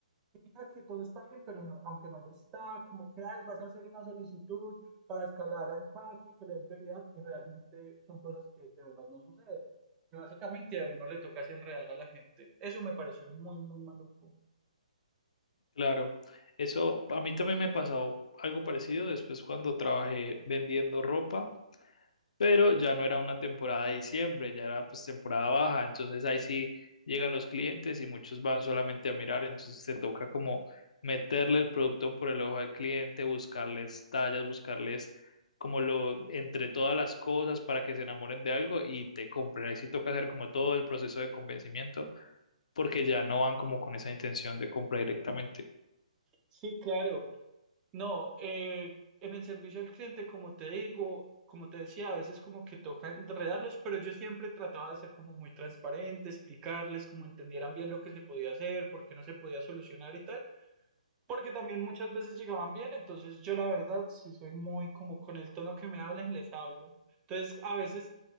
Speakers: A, on the right (about 20°); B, on the left (about 65°).
A: fija que todo está bien, pero no, aunque no lo está, como que ay, vas a hacer una solicitud para escalar al caso y que le den prioridad, y realmente son cosas que de verdad no suceden. Y básicamente a uno le toca es enredar a la gente. Eso me pareció muy, muy maluco.
B: Claro, eso a mí también me pasó algo parecido después cuando trabajé vendiendo ropa. pero ya no era una temporada de diciembre, ya era pues temporada baja, entonces ahí sí llegan los clientes y muchos van solamente a mirar, entonces te toca como meterle el producto por el ojo al cliente, buscarles tallas, buscarles como lo entre todas las cosas para que se enamoren de algo y te compren. Ahí sí toca hacer como todo el proceso de convencimiento porque ya no van como con esa intención de compra directamente.
A: Sí, claro. No, eh, en el servicio al cliente, como te digo, como te decía, a veces como que toca enredarlos, pero yo siempre trataba de ser como muy transparente, explicarles, como entendieran bien lo que se podía hacer, por qué no se podía solucionar y tal. Porque también muchas veces llegaban bien, entonces yo la verdad sí soy muy como con el tono que me hablen, les hablo. Entonces a veces